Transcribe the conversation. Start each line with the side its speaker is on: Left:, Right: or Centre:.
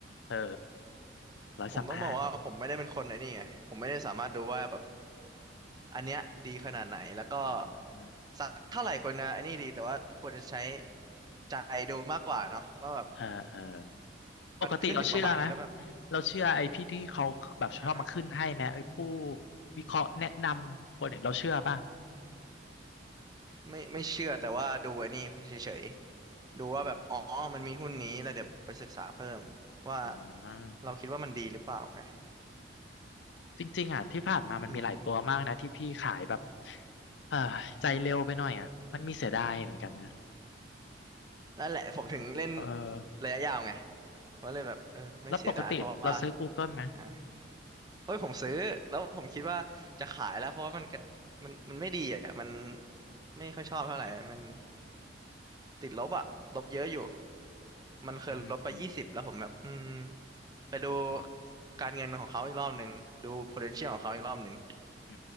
Left: เออร้อยสามห้า
Right: ผมต้องบอกว่าผมไม่ได้เป็นคนไอ้นี่ไงผมไม่ได้สามารถดูว่าแบบอันเนี้ยดีขนาดไหนแล้วก็
Left: อืม
Right: สักเท่าไหร่คนนะไอ้นี่ดีแต่ว่าควรจะใช้ใจดูมากกว่าเนาะว่าแบบ
Left: เออเออ
Right: มันขึ้นถึงประมาณนี้แล้วแบบ
Left: ปกติเราเชื่อไหมเราเชื่อไอ้พี่ที่เขาแบบชอบมาขึ้นให้ไหมไอ้ผู้
Right: ฮะ
Left: วิเคราะห์แนะนำคนเนี่ยเราเชื่อป่ะ
Right: ไม่ไม่เชื่อแต่ว่าดูไอ้นี่เฉยๆดูว่าแบบอ๋อมันมีหุ้นนี้แล้วเดี๋ยวไปศึกษาเพิ่ม
Left: อืม
Right: ว่า
Left: อ่า
Right: เราคิดว่ามันดีหรือเปล่าไง
Left: จริงๆอ่ะที่ผ่านมามันมีหลายตัวมากนะที่พี่ขายแบบ
Right: อืม
Left: เออใจเร็วไปหน่อยอ่ะมันมีเสียดายเหมือนกันนะ
Right: นั่นแหละผมถึงเล่น
Left: เออ
Right: ระยะยาวไง ก็เลยแบบเออไม่เสียดายเพราะว่า
Left: แล้วปกติเราซื้อ Google ไหม
Right: อ่ะเอ้ยผมซื้อแล้วผมคิดว่าจะขายแล้วเพราะว่ามันกระมันมันไม่ดีอ่ะมันไม่ค่อยชอบเท่าไหร่มันติดลบอ่ะลบเยอะอยู่มันเคยลบไปยี่สิบแล้วผมแบบอืม
Left: อืมอืม
Right: ไปดูการเงินของเขาอีกรอบหนึ่งดู potential ของเขาอีกรอบหนึ่ง
Left: อ